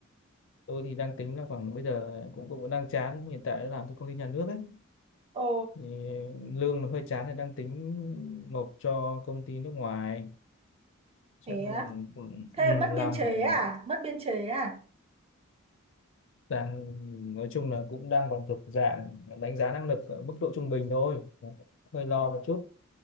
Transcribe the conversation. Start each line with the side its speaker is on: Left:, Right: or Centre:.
Left: tôi thì đang tính là khoảng bây giờ cũng cũng đang chán hiện tại làm cho công ty nhà nước ấy
Right: ồ
Left: thì lương nó hơi chán thì đang tính nộp cho công ty nước ngoài chắc
Right: thế
Left: là
Right: á
Left: ừ, ừ,
Right: thế mất
Left: làm
Right: biên chế
Left: khoảng
Right: à mất biên chế à
Left: đang nói chung là cũng đang còn thuộc dạng đánh giá năng lực ở mức độ trung bình thôi hơi lo một chút